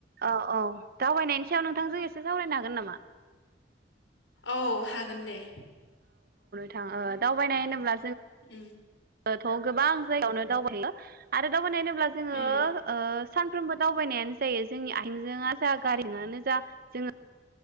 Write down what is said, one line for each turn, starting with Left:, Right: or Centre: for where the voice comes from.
Right: औ औ दावबायनायनि सायाव नोंथांजों एसे सावरायनो हागोन नामा
Left: औ हागोन दे
Right: थां ओ दावबायनाय होनोब्ला
Left: उम
Right: थ गोबां जायगायावनो दावबायो आरो दावबायनाय ब्ला जोंङो
Left: उम
Right: ओ सानफ्रोमबो दावबायनायानो जायो जोंनि आयजें जा गारि जों जा जोङो